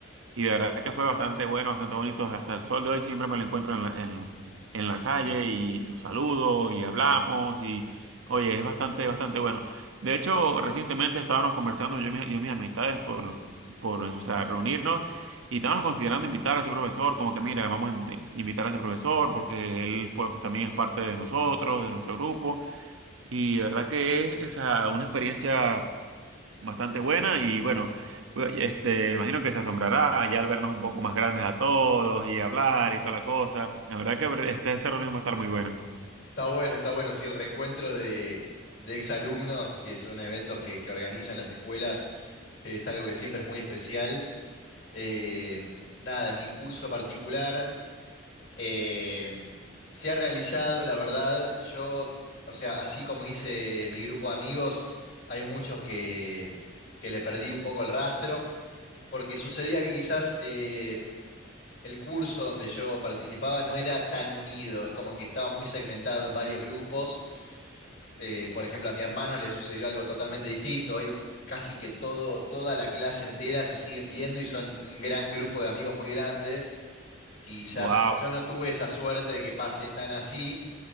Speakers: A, on the right (about 80°); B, on the left (about 60°).
A: Y de verdad que fue bastante bueno, bastante bonito. Hasta el sol de hoy siempre me lo encuentro en la, en la- en la calle y lo saludo y hablamos y oye, es bastante, bastante bueno. De hecho, recientemente estábamos conversando yo y mis, yo y mis amistades por, por o sea, reunirnos y estábamos considerando invitar a ese profesor, como que mira, vamos a invit- invitar a ese profesor porque él fue, también es parte de nosotros, de nuestro grupo. Y de verdad que es, o sea, una experiencia bastante buena y bueno, este, imagino que se asombrará ya al vernos un poco más grandes a todos y hablar y toda la cosa. La verdad que este, esa reunión va a estar muy buena.
B: Está bueno, está bueno, sí, el reencuentro de, de exalumnos, que son eventos que, que organizan las escuelas, eh, es algo que siempre es muy especial. Eh, nada, en mi curso particular eh, se ha realizado, la verdad, yo, o sea, así como hice mi grupo de amigos, hay muchos que, que le perdí un poco el rastro. porque sucedía que quizás eh, el curso donde yo participaba no era tan unido, es como que estaba muy segmentado en varios grupos. Eh, por ejemplo, a mi hermano le sucedió algo totalmente distinto. Hoy casi que todo, toda la clase entera se siguen viendo y son un gran grupo de amigos muy grande. Quizás
A: Wow.
B: yo no tuve esa suerte de que pase tan así.